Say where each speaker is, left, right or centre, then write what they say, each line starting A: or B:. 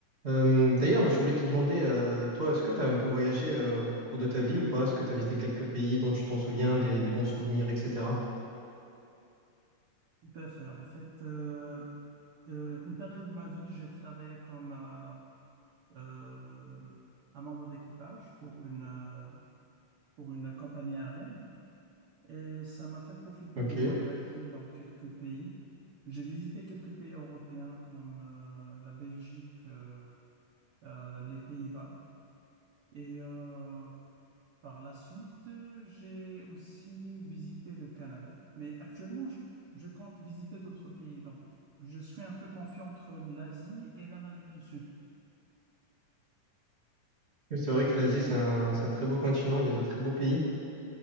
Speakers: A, on the right; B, on the right.
A: Euh, d'ailleurs, je voulais te demander, euh, toi, est-ce que tu as un peu voyagé euh, au cours de ta vie ou pas? Est-ce que tu as visité quelques pays dont tu t'en souviens, des, des bons souvenirs, etc.
B: Tout à fait. En fait, euh, euh, une période de ma vie, j'ai travaillé comme euh, euh, un membre d'équipage pour une, euh, pour une compagnie aérienne et ça m'a fait profiter
A: Ok.
B: de voyager dans quelques pays. J'ai visité quelques pays européens comme euh, la Belgique, euh, euh, les Pays-Bas et euh, Par la suite, euh, j'ai aussi visité le Canada, mais actuellement, je, je compte visiter d'autres pays. Donc, je suis un peu confiant entre l'Asie et l'Amérique du Sud.
A: Oui, c'est vrai que l'Asie, c'est un, c'est un très beau continent, il y a de très beaux pays.